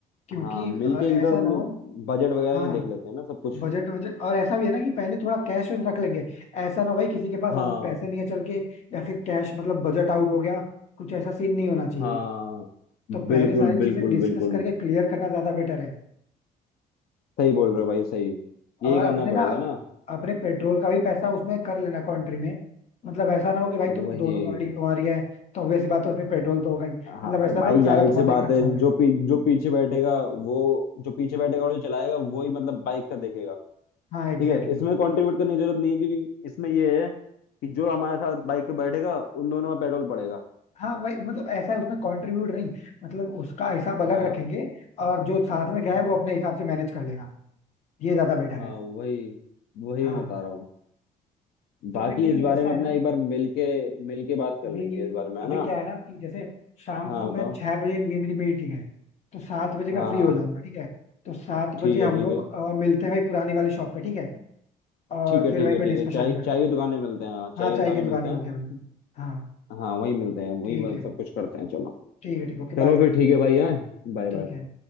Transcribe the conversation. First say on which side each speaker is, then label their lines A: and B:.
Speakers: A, on the left; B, on the left.
A: क्योंकि
B: हाँ मिल
A: अ,
B: के एकदम
A: ऐसा ना हो
B: बजट वगैरह
A: हाँ
B: का देख लेते हैं ना सब कुछ
A: बजट बजट और ऐसा भी है ना कि पहले थोड़ा कैश रख लेंगे ऐसा ना हो भाई किसी के पास
B: हाँ
A: वहां पे पैसे नहीं है चल के या फिर कैश मतलब बजट आउट हो गया कुछ ऐसा सीन नहीं होना चाहिए
B: हाँ
A: तो पहले
B: बिल्कुल
A: सारी चीजें
B: बिल्कुल
A: डिस्कस
B: बिल्कुल
A: करके क्लियर करना ज्यादा बेटर है
B: सही बोल रहे हो भाई सही यही
A: और अपने
B: करना पड़ेगा
A: ना
B: ना
A: अपने पेट्रोल का भी पैसा उसमें कर लेना कंट्री में मतलब ऐसा ना हो कि भाई
B: वही
A: तुम दोनों गाड़ी तुम्हारी है तो obvious सी बात है उसमें पेट्रोल तो होगा ही
B: हाँ
A: मतलब ऐसा
B: भाई
A: ना हो कि सारा
B: जाहिर
A: तुम्हारा
B: सी बात
A: ही खर्चा
B: है
A: हो गया
B: जो पी, जो पीछे बैठेगा वो जो पीछे बैठेगा और जो चलाएगा वो ही मतलब बाइक का देखेगा
A: हाँ
B: ठीक
A: एग्जैक्टली
B: है इसमें
A: exactly.
B: कंट्रीब्यूट करने की जरूरत नहीं है क्योंकि इसमें ये है कि जो हमारे साथ बाइक पे बैठेगा उन दोनों में पेट्रोल पड़ेगा
A: हाँ वही मतलब ऐसा है उसमें कंट्रीब्यूट नहीं मतलब उसका हिसाब अलग
B: हाँ
A: रखेंगे और जो साथ में गया है
B: हाँ
A: वो अपने हिसाब से मैनेज कर लेगा ये ज्यादा बेटर
B: हाँ
A: है
B: वही वही
A: हाँ
B: मैं बता रहा हूँ बाकी
A: तो फिर ठीक
B: इस बारे
A: है ऐसा
B: में
A: है
B: अपना
A: ना
B: एक बार मिलके मिलके बात कर
A: अभी
B: लेंगे इस बारे में
A: अभी
B: है ना
A: क्या है ना कि जैसे शाम
B: हाँ
A: को मैं
B: बताओ
A: छह बजे मे- मेरी मीटिंग है तो सात बजे मैं
B: हाँ
A: फ्री हो
B: हाँ
A: जाऊंगा ठीक है तो सात
B: ठीक
A: बजे हम
B: है ठीक
A: लोग
B: है
A: अ, मिलते हैं भाई पुरानी वाली शॉप पे ठीक है और
B: ठीक है
A: फिर
B: ठीक
A: वहीं
B: है
A: पे
B: ठीक
A: डिस्कशन
B: है चाय
A: करते
B: चाय
A: हैं
B: की दुकान में मिलते हैं हाँ
A: हाँ
B: चाय की
A: चाय
B: दुकान
A: की
B: में
A: दुकान
B: मिलते
A: में
B: हैं
A: मिलते हैं वहीं पे हाँ
B: हाँ वहीं मिलते हैं वहीं
A: ठीक
B: वहीं सब
A: है
B: कुछ करते हैं चलो
A: ठीक है ठीक ओके
B: चलो
A: बाय
B: फिर ठीक है भाई है Bye
A: ठीक
B: bye
A: है